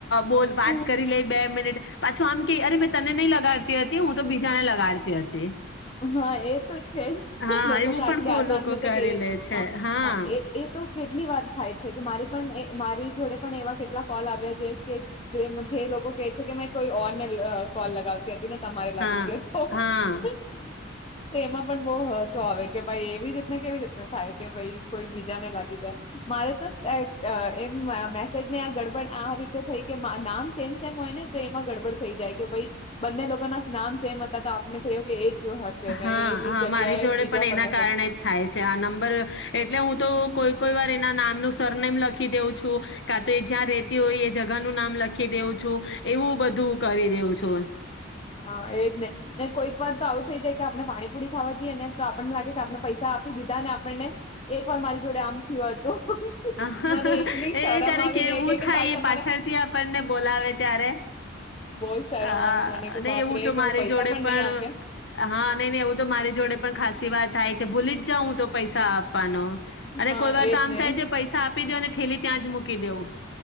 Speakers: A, on the left (about 60°); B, on the left (about 30°).
A: બોલ વાત
B: હ
A: કરી લઈ બે મિનિટ. પાછું આમ ક અરે મેં તને નહી લગાડતી હતી હું તો બીજા ને લગાડતી હતી.
B: હા, એ તો છે જ
A: હા
B: લોકો
A: એવું
B: તો આટલી
A: પણ કો
B: આસાન
A: લોકો
B: રીતે
A: કરી
B: કેવી
A: લે છે
B: હ
A: હા
B: હ એ તો કેટલી વાર થાય છે. કે મારી પણ એ મારી જોડે પણ એવા કેટલા કોલ આવ્યા જે જે જે લોકો કે છે કે મે કોઈ ઓન કોલ લગાવતા <unintelligible> ને તમારે લાગી
A: હા
B: ગયો તો.
A: હા
B: તો એમાં પણ બહ હસો આવે કે ભાઈ એવી રીતના કેવી રીતના થાય. કે ભાઈ કોઈ બી જાને લાગી જાય મારે તો <unintelligible> એવું <unintelligible> મે નહી આ ગડબડ આ રીતે થઈ કે નામ સેમ સેમ હોય ને તો એમાં ગડબડ થઈ જાય કે ભઈ, બંને લોકો ના નામ સેમ હતા તો આપને થયો. એ. જ હશે
A: હા
B: ને એની
A: હા
B: જગ્યાએ
A: મારી જોડે
B: બીજા
A: પણ
B: પરમેસર
A: એના કારણે જ થાય છે આ નંબર એટલે હું તો કોઈ કોઈ વાર એના નામ નું સરનેમ લખી દઉં છું. કા તો એ જ્યાં રેતી હોય એ જગાનું નામ લખી દેઉું છું. એવું બધું કરી દેઉું છું.
B: હા, એજ નહ કોઈક વાર તો આવું થઈ જાય કે આપણે પાણી પુડી ખાવા જઈએ ને તો આપણને લાગે કે આપણે પૈસા આપી દીધા ને આપણને એ પણ મારી જોડે આમ થું હતું.
A: હા-હા
B: મને એટલી
A: એ
B: શરમ
A: ત્યારે
B: આવી
A: કેવું
B: ને કે કે
A: થાય
B: ભાઈ તમારા
A: એ પાછળથી આપણને બોલાવે ત્યારે.
B: બહુ શરમ
A: આ
B: આવે મને
A: અને
B: કે બાપરે
A: એવું તો
B: કે
A: મારી
B: હું પૈસા
A: જોડે પણ
B: નહી આપ્યા
A: હા નહી નહી એવું તો મારી જોડે પણ ખાસી વાત થાય છે. ભૂલી જ જાઉ હું તો પૈસા આપ પાનો. અને
B: હા
A: કોઈ વાર તો
B: એજ
A: આમ
B: ને
A: થાય છે આપી દયો ને ઠેલી ત્યાં જ મૂકી દેવું.